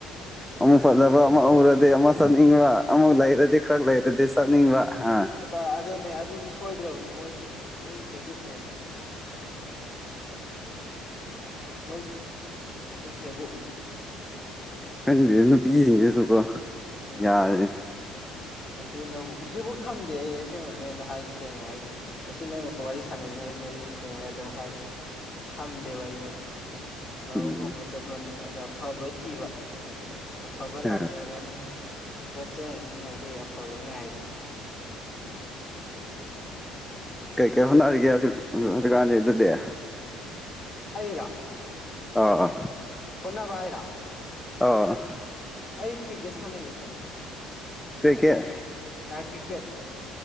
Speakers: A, in the centre; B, on the left.
A: ꯑꯃꯛ ꯐꯖꯕ ꯑꯃ ꯎꯔꯗꯤ ꯑꯃꯨꯛ ꯆꯠꯅꯤꯡꯕ ꯑꯃꯨꯛ ꯂꯩꯔꯗꯤ ꯈꯔꯥ <inaudible> ꯂꯩꯔꯗꯤ ꯆꯠꯅꯤꯡꯕ ꯑ
B: ꯑ ꯑꯗꯨꯅꯦ ꯑꯗꯨꯗꯤ ꯁꯣꯏꯗ꯭ꯔꯕꯅꯦ ꯃꯣꯏꯒꯤ ꯃꯣꯏꯒꯤ ꯍꯦꯕꯤꯠꯅꯦ ꯑꯗꯨꯗꯤ
A: ꯎꯝ <unintelligible>
B: ꯃꯣꯏ ꯍꯦꯕꯤꯠ ꯅꯦ <inaudible>
A: ꯈꯪꯗꯦ ꯅꯨꯄꯤꯁꯤꯡꯗꯨꯁꯨꯀꯣ
B: ꯎꯝ
A: ꯌꯥꯔꯦ
B: ꯑꯗꯨꯅ ꯍꯧꯖꯤꯛꯐꯥꯎ ꯊꯝꯗꯦ ꯑꯩ ꯑꯁꯦꯡꯕꯅꯦ ꯅꯥꯉꯣꯟꯗ ꯍꯥꯢꯁꯤ ꯁꯦꯡꯅ ꯍꯥꯏꯁꯦ ꯉꯁꯤ ꯅꯪ ꯋꯥꯔꯤ ꯁꯥꯟꯅꯩꯅꯦ ꯑꯩꯅ ꯁꯤ ꯁꯦꯡꯅ ꯑꯗꯨꯝ ꯍꯥꯏ ꯊꯝꯗꯦꯕ ꯑꯩꯗꯤ ꯁꯥꯟꯅꯕ
A: ꯎꯝ
B: ꯈꯣꯠꯕ ꯆꯠꯄꯅꯤꯅ ꯍꯥꯏꯗꯤ ꯑꯐꯕ ꯊꯤꯕ ꯑꯐꯕ
A: ꯑ
B: ꯂꯥꯛꯆꯔꯅꯤ ꯀꯣꯠꯆꯔꯥꯅꯤ <inaudible> ꯑꯗꯨꯒꯤ ꯑꯐꯕ ꯉꯥꯏꯔꯤ
A: ꯀꯩ
B: ꯑꯗꯨ
A: ꯀꯩ ꯍꯣꯠꯅꯔꯤꯒꯦ ꯍꯧꯖꯤꯛ ꯎ ꯍꯧꯖꯤꯛꯀꯟꯁꯦ ꯑꯗꯨ <inaudible>
B: ꯑꯩꯔꯣ
A: ꯑ ꯑ
B: ꯍꯣꯠꯅꯕꯥ ꯍꯥꯏꯔꯣ
A: ꯑ <inaudible>
B: ꯑꯩ ꯀ꯭ꯔꯤꯀꯦꯠ ꯁꯅꯩꯌꯦ ꯚꯥꯏ
A: ꯀꯩꯀꯩ
B: ꯀ꯭ꯔꯤꯀꯦꯠ